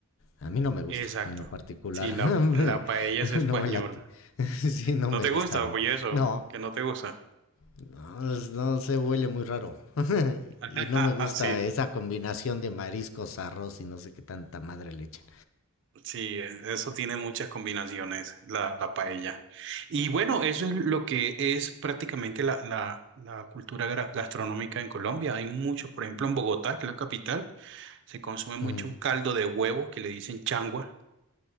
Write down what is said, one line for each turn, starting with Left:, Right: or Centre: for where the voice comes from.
Left: A mí no me gusta,
Right: Exacto.
Left: en lo particular.
Right: Sí,
Left: <laughs>
Right: la,
Left: Me-
Right: la paella es española.
Left: no me late. <laughs> Sí, no
Right: ¿No
Left: me
Right: te
Left: gusta
Right: gusta?
Left: a mí.
Right: Oye, eso,
Left: No,
Right: que no te gusta.
Left: no, es- no se huele muy raro. <laughs>
Right: <laughs>
Left: Y no me gusta
Right: Sí,
Left: esa combinación de mariscos, arroz y no sé qué tanta madre le echan.
Right: sí, e, eso tiene muchas combinaciones, la, la paella. Y bueno, eso es lo que es prácticamente la, la, la cultura gra- gastronómica en Colombia. Hay muchos, por ejemplo, en Bogotá, que es la capital, Se consume mucho
Left: Ujú.
Right: un caldo de huevo que le dicen changua,